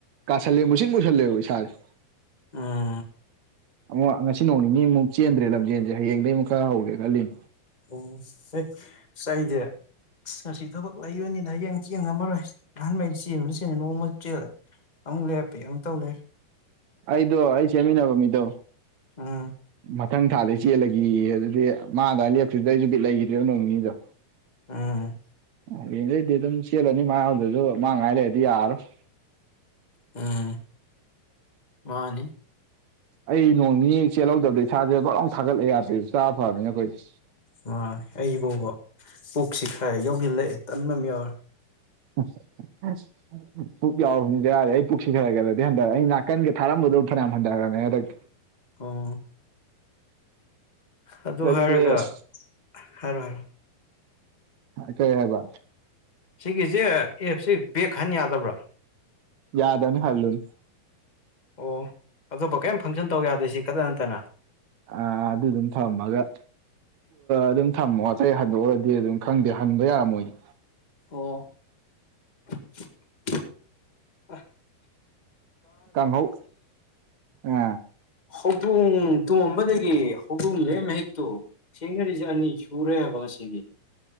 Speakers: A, on the right; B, on the left.
A: ꯀꯥꯁꯜꯂꯦ ꯃꯨꯁꯤꯟ ꯃꯨꯁꯜꯂꯦꯕ ꯏꯁꯥꯖꯦ
B: ꯎꯝ
A: ꯑꯃꯨꯛ ꯉꯁꯤ ꯅꯣꯡ ꯅꯤꯅꯤꯃꯨꯛ ꯆꯦꯟꯗ꯭ꯔꯦ ꯂꯝꯖꯦꯟꯖꯦ ꯍꯌꯦꯡꯗꯩꯃꯨꯛ ꯈꯔ ꯍꯧꯒꯦ ꯈꯜꯂꯤꯝ
B: ꯑꯣ ꯍꯦ ꯑꯩꯗꯤ ꯉꯁꯤ ꯊꯕꯛ ꯂꯩꯕꯅꯤꯅ ꯍꯌꯦꯡ ꯆꯦꯟꯉꯝꯃꯔꯣꯏ ꯑꯍꯥꯟꯕꯩ ꯆꯦꯟꯕꯗꯩ ꯆꯦꯟꯗꯦ ꯅꯣꯡꯃ ꯆꯦꯜꯂꯦꯒ ꯑꯃꯨꯛ ꯂꯦꯞꯄꯦ ꯑꯃꯨꯛ ꯇꯧ ꯂꯩꯔꯦ
A: ꯑꯩꯗꯣ ꯑꯩ ꯆꯦꯟꯃꯤꯟꯅꯕ ꯃꯤꯗꯣ
B: ꯑ
A: ꯃꯊꯪ ꯊꯥꯗꯩ ꯆꯦꯜꯂꯒꯦꯌꯦ ꯑꯗꯨꯗꯤ ꯃꯥ ꯑꯗꯥꯏ ꯂꯦꯞꯈꯤꯕꯗꯨꯗꯩ ꯑꯩꯖꯨ ꯕꯤꯠ ꯂꯩꯒꯤꯗ꯭ꯔꯦ ꯑꯩꯖꯨ ꯅꯣꯡ ꯅꯤꯅꯤꯗ
B: ꯎꯝ
A: ꯍꯌꯦꯡꯗꯩꯗꯤ ꯑꯗꯨꯝ ꯆꯦꯜꯂꯅꯤ ꯃꯥ ꯌꯥꯎꯗꯖꯨ ꯃꯥ ꯉꯥꯏ ꯂꯩꯔꯗꯤ ꯌꯥꯔꯣꯏ
B: ꯎꯝ ꯃꯥꯅꯤ
A: ꯑꯩ ꯅꯣꯡꯅꯤꯍꯦꯛ ꯆꯦꯜꯍꯧꯗꯕꯗ ꯏꯁꯥꯖꯦ ꯕꯛ ꯂꯥꯎ ꯊꯥꯒꯠꯂꯦ ꯌꯥꯗꯦ ꯆꯥꯕ ꯐꯕꯅꯤꯅ ꯑꯩꯈꯣꯏꯗꯤ
B: ꯃꯥꯅꯦ ꯑꯩꯕꯧꯕ ꯄꯨꯛꯁꯤ ꯈ꯭ꯔ ꯌꯧꯖꯤꯜꯂꯛꯑꯦ ꯇꯟꯕꯝ ꯌꯥꯎꯔꯦ
A: <unintelligible> ꯄꯨꯛ ꯌꯥꯎꯃꯤ ꯕꯦꯔꯥꯅꯦ ꯑꯩ ꯄꯨꯛꯁꯤ ꯈꯔ ꯈꯔꯗꯤ ꯍꯟꯊꯔ ꯑꯩ ꯅꯥꯀꯟꯒ ꯊꯥꯔꯝꯕꯗꯣ ꯐꯅꯌꯥꯝ ꯍꯟꯗꯔꯝꯃꯦ ꯍꯟꯗꯛꯇꯤ
B: ꯑꯣ ꯑꯗꯨ
A: ꯈꯪꯗꯦ
B: ꯍꯥꯏꯔꯒ
A: ꯑꯁ
B: ꯍꯥꯏꯔꯣ ꯍꯥꯏꯔꯣ
A: ꯀꯩ ꯍꯥꯏꯕ
B: ꯁꯤꯒꯤꯖꯦ ꯑꯦꯞꯁꯦ ꯕꯦꯛ ꯍꯟ ꯌꯥꯗꯕ꯭ꯔꯥ
A: ꯌꯥꯗꯝꯅꯦ ꯍꯜꯂꯨꯅꯨ
B: ꯑꯣ ꯑꯇꯣꯞꯄ ꯀꯦꯝ ꯐꯪꯁꯟ ꯇꯧ ꯌꯥꯗꯦ ꯁꯤ ꯈꯠꯇ ꯅꯠꯇꯅ
A: ꯑ ꯑꯗꯨꯗꯨꯝ ꯊꯝꯃꯒ ꯑꯗꯨꯝ ꯊꯝꯃꯣ ꯑꯇꯩ ꯍꯟꯗꯣꯛꯑꯔꯗꯤ ꯑꯗꯨꯝ ꯈꯪꯗꯦ ꯍꯟꯕ ꯌꯥꯔꯃꯣꯏꯗꯤ
B: ꯑꫭ <inaudible> <inaudible>
A: ꯀꯥꯡꯪꯍꯧ ꯑ
B: ꯍꯧꯗꯣꯡ ꯇꯨꯝꯝꯕꯗꯒꯤ ꯍꯧꯗꯣꯡꯗꯦ ꯃꯍꯤꯛꯇꯨ ꯊꯦꯡꯅꯔꯤꯁꯦ ꯑꯅꯤ ꯁꯨꯔꯦ ꯍꯥꯏꯕ ꯑꯁꯤꯒꯤ